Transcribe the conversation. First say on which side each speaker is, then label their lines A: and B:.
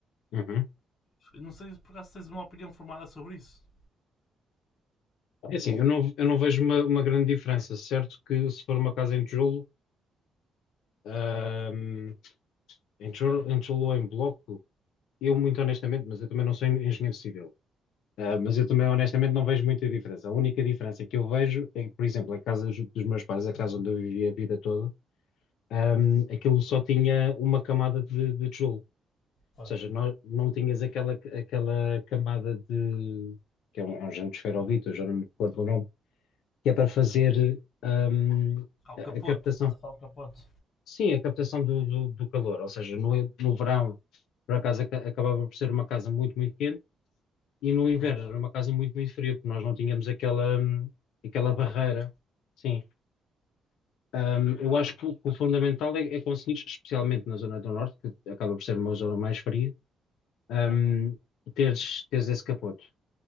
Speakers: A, on the left; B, on the left.
A: Uhum.
B: Eu não sei se por acaso tens uma opinião formada sobre isso.
A: É assim, eu não, eu não vejo uma, uma grande diferença. Certo que se for uma casa em tijolo, ahm, em tijolo, em tijolo ou em bloco, eu muito honestamente, mas eu também não sou en- engenheiro civil. Ah, mas eu também, honestamente, não vejo muita diferença. A única diferença que eu vejo é que, por exemplo, a casa dos dos meus pais, a casa onde eu vivi a vida toda, ahm, aquilo só tinha uma camada de, de tijolo. Ou
B: Pois.
A: seja, não, não tinhas aquela, aquela camada de. que é um, é um género de esferovite, eu já não me recordo o nome, que é para fazer ahm,
B: Ah, o
A: a,
B: capoto,
A: a captação.
B: estás a falar do capoto.
A: Sim, a captação do, do, do calor. Ou seja, no, no verão, por acaso, aca- acabava por ser uma casa muito, muito quente E no inverno
B: Uhum.
A: era uma casa muito, muito fria, porque nós não tínhamos aquela, hum, aquela barreira.
B: O capoto.
A: Sim. Hum, eu acho que o, que o fundamental é, é conseguir, especialmente na zona do norte, que acaba por ser uma zona mais fria, hum,
B: Uhum.
A: teres, teres esse capoto.